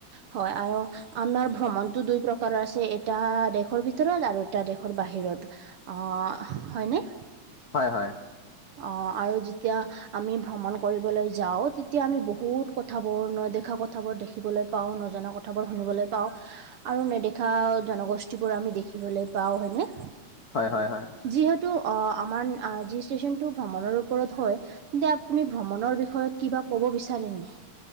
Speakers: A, on the right; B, on the left.
A: হয় আৰু- আমাৰ ভ্ৰমণটো দুই প্ৰকাৰৰ আছে এটা দেশৰ ভিতৰত আৰু এটা দেশৰ বাহিৰত। অঁ হয়নে?
B: হয় হয়।
A: অঁ' আৰু যিতিয়া- আমি ভ্ৰমণ কৰিবলৈ যাওঁ তেতিয়া আমি বহুত কথাবোৰ নদেখা কথাবোৰ দেখিবলৈ পাওঁ, নজনা কথা- থাবোৰ শুনিবলৈ পাওঁ। আৰু নেদেখা জনগোষ্ঠীবোৰ আমি দেখিবলৈ পাওঁ হয়নে?
B: হয় হয় হয়।
A: যিহেতু, অঁ আমাৰ যি ষ্টেচনটো ভ্ৰমণৰ ওপৰত হয়- যে আপুনি ভ্ৰমণৰ বিষয়ে কিবা ক'ব বিচাৰেনে?